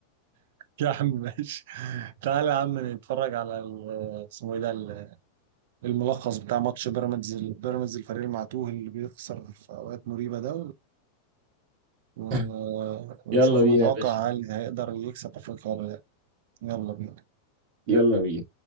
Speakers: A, on the right; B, on the right.
A: يا عم ماشي تعالى يا عم نتفرج على ال- اسمه ايه ده ال- الملخص بتاع ماتش بيراميدز بيراميدز الفريق المعتوه اللي بيخسر في اوقات مريبة ده و-
B: <laughs>
A: ونشوف
B: يلا بينا
A: نتوقع
B: يا باشا
A: هل هيقدر يكسب افريقيا ولا لا يلا بينا
B: يلا بينا